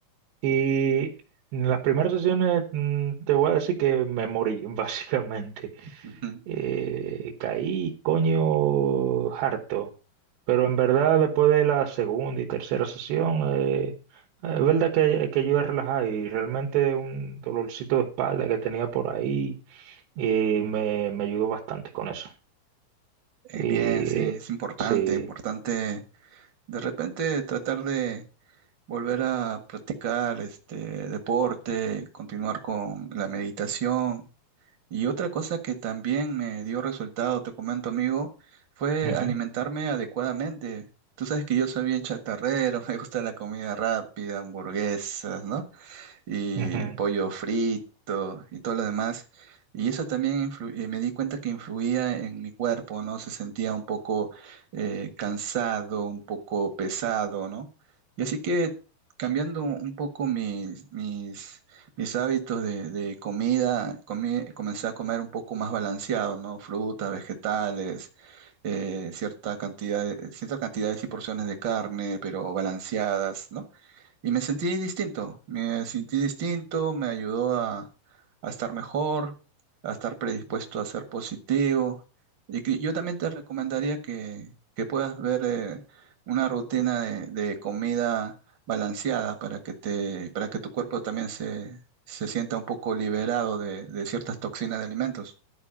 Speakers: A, on the right (about 85°); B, on the right (about 60°).
A: Y en las primeras sesiones mm, te voy a decir que me morí, <laughs> básicamente.
B: Ujú.
A: eh, caí coño harto. Pero en verdad, después de la segunda y tercera sesión, eh, eh, es verdad que, que ayuda a relajar y realmente un dolorcito de espalda que tenía por ahí eh, me, me ayudó bastante con eso.
B: Eh,
A: Eh,
B: bien, sí, es importante,
A: sí.
B: importante. De repente tratar de volver a practicar este deporte, continuar con la meditación Y otra cosa que también me dio resultado, te comento amigo, fue
A: Ujú,
B: alimentarme adecuadamente. Tú sabes que yo soy bien chatarrero, <laughs> me gusta la comida rápida, hamburguesas, ¿no? y
A: ujú,
B: pollo frito y todo lo demás. Y eso también influ- eh, me di cuenta que influía en mi cuerpo, ¿no? Se sentía un poco eh, cansado, un poco pesado, ¿no? Y así que cambiando un poco mis, mis, mis hábitos de, de comida, comí- comencé a comer un poco más balanceado, ¿no? Frutas, vegetales, eh, cierta cantidad, de- cierta cantidades y porciones de carne, pero balanceadas, ¿no? Y me sentí distinto, me sentí distinto, me ayudó a, a estar mejor, a estar predispuesto a ser positivo. Y que yo también te recomendaría que, que puedas ver eh, una rutina de, de comida balanceada para que te, para que tu cuerpo también se, se sienta un poco liberado de, de ciertas toxinas de alimentos.